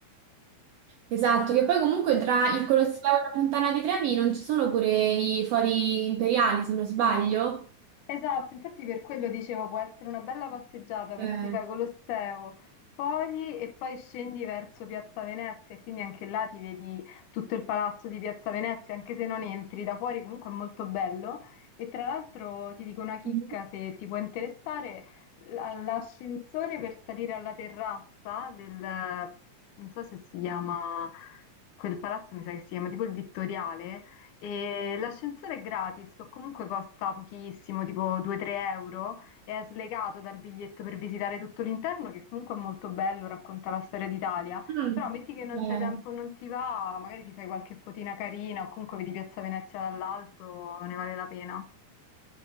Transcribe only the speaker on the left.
Esatto, infatti per quello dicevo può essere una bella passeggiata perché
ti fai Colosseo fuori e poi scendi verso Piazza Venezia e quindi anche là ti vedi tutto il palazzo di Piazza Venezia, anche se non entri da fuori comunque è molto bello. E tra l'altro ti dico una chicca
se ti può interessare, l- l'ascensore per salire alla terrazza del, non so se si chiama, quel palazzo mi sa che si chiama tipo il Vittoriale, e l'ascensore è gratis o comunque costa pochissimo, tipo 2-3 euro, e è slegato dal biglietto per visitare tutto l'interno, che comunque è molto bello, racconta la storia d'Italia.
Però metti che non
c'è tempo, non ti va, magari ti fai qualche fotina carina o comunque vedi Piazza Venezia dall'alto, ne vale la pena.